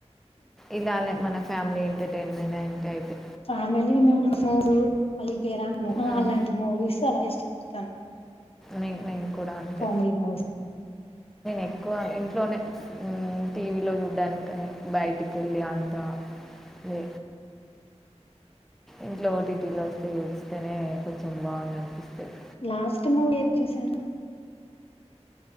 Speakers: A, in the centre; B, on the left (about 55°).
A: ఇలానే మన ఫ్యామిలీ ఎంటర్టైన్మెంట్ అంతే అయితే
B: ఫ్యామిలీ మూవీస్ మళ్ళీరా కే రాంప్
A: ఉమ్,
B: అలాంటి మూవీస్ అలా ఇష్టపడతాను.
A: నేను నేను కూడా అంతే
B: కామెడీ మూవీస్
A: ఎక్కువ ఇంట్లోనే ఉమ్ టీవీలో చూడ్డానికి బయటికెళ్ళి అంతా మ్ ఇంట్లో ఓటీటీలో వస్తే చుస్తేనే కొంచెం బాగుందనిపిస్తది
B: లాస్ట్ మూవీ ఏది చూసారు